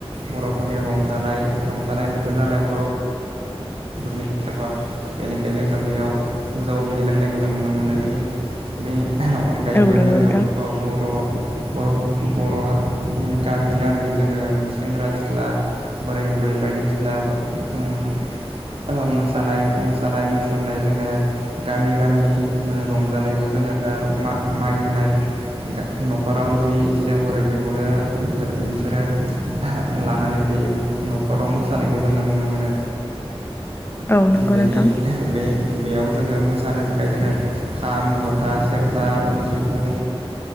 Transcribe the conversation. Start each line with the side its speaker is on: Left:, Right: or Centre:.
Right: बर'फोरनि रंजानाय रंजानाय बोथोर नालाय बर' बर'फोरनि फोरबोआ बेनिखायनो जों बेयाव मोजांआव दैदैलांनायखौ जों नुनो मोनोदि बेनि अनगायैबो
Left: औ नंगौ
Right: जोङो
Left: नोंथां।
Right: बर' बर' बर'आ गामि गामि जोङो सेंग्रा-सिख्ला बोराय बुरै बायदिसिना उम ओ मोसानाय मोसानाय मुसुरनाय जोङो गामि गामि रंजानायखौ जों जोङो मा मागिनाय गा न'खराव जि एसे हरो बेखौनो बिसोर बिसोरो लानानै बे बि न'खराव मोसानायखौ जोङो नुनो मोनो।
Left: औ नंगौ
Right: बेनि
Left: नोंथां
Right: बे बेयाव जोङो मोसानो थाखाय जोङो खाम, जथा, सेरजा, जिफुं,